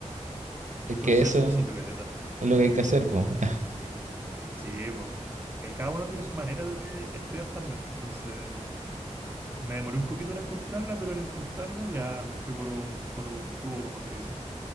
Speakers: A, on the right (about 80°); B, on the right (about 15°).
A: Es
B: Entonces
A: que eso
B: eso me sirvió caleta.
A: es lo que hay que hacer, pues. <laughs>
B: Sí, pues. Que cada uno tiene su manera de estudiar también. Entonces me demoré un poquito en encontrarla, pero al encontrarla ya me fui por un, por un tubo, como se dice.